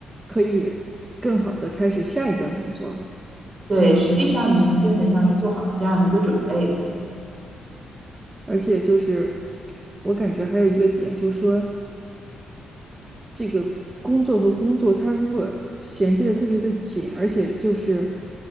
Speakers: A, on the right; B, on the right.
A: 可以更好的开始下一段工作。
B: 对，实际上你从精神上是做好了这样一个准备的。
A: 而且就是我感觉还有一个点，就是说这个工作和工作，它如果衔接的特别的紧，而且就是